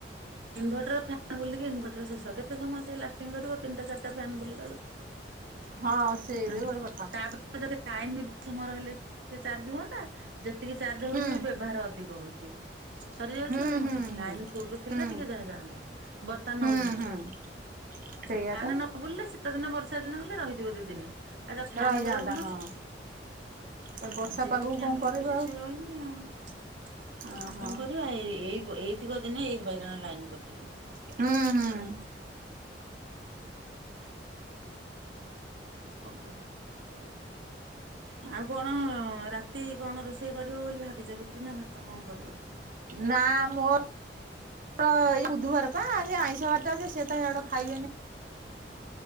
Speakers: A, on the right (about 80°); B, on the right (about 50°).
A: ଇନଭର୍ଟର ଫ୍ୟାନ୍ ବୁଲିକି ଇନଭର୍ଟର ଶେଷ, କେତେ ସମୟ ସେ ଲାଷ୍ଟିଙ୍ଗ କରିବ ତିନିଟା ଚାରିଟା ଫ୍ୟାନ୍ ବୁଲିଲା ବେଳକୁ?
B: ହଁ ସେବି
A: ଆ
B: ଗୋଟେ କଥା।
A: ଯଦି ଲାଇନ୍ ବେଶୀ ସମୟ ରହିଲେ ସେ ଚାର୍ଜ ହୁଅନ୍ତା। ଯେତିକି ଚାର୍ଜ
B: ହୁଁ
A: ହଉଛି ବ୍ୟବହାର ଅଧିକ ହଉଛି। ସରିଯାଉଛି
B: ହୁଁ
A: ଆଉ କଣ
B: ହୁଁ
A: ଲାଇନ
B: ହୁଁ
A: ଫୁଲ ଥିଲେ
B: ହୁଁ
A: ଟିକେ ଯାହା ଯାଆନ୍ତା, ବର୍ତ୍ତମାନ
B: ହୁଁ
A: ଅନ୍ଧାର।
B: ହୁଁ ସେଇଆ
A: ଫ୍ୟାନ
B: ତ
A: ନ ବୁଲିଲେ ଶୀତ ଦିନ ବର୍ଷା ଦିନ ହେଲେ ରହିଯିବ ଦିଦିନ। ଏରା ଫ୍ୟାନ୍
B: ରହିଯାଆନ୍ତା
A: ଗୁରା ବୁଲୁଛି।
B: ହଁ ଏ ବର୍ଷା
A: ଆଉ ଯେହେତୁ
B: ପାଗକୁ
A: ଫ୍ୟାନ
B: କଣ କରିବ
A: ବୁଲୁଛି
B: ଆଉ
A: ସେ ରହିନି ଆଉ।
B: ଅ
A: ଆଉ
B: ହଁ
A: କଣ କରିବା ଏ ଏଇ ଏଇତିକ ଦିନେ ଏଇ ହଇରାଣ ଲାଇନ କଟିଲେ।
B: ହୁଁ ହୁଁ।
A: କଣ କରି। <unintelligible> ଆଉ କଣ ରାତିକି କଣ ରୋଷେଇ କରିବ ବୋଲି ଭାବିଛ ରୁଟି ନା ଭାତ କଣ କରିବ?
B: ନା ମୋ ଏଇ ବୁଧବାର ପା ଆଇଁଷ ବାରା ଟା ଯେ ସେତ ହେଇଆଡ ଖାଇବେନି।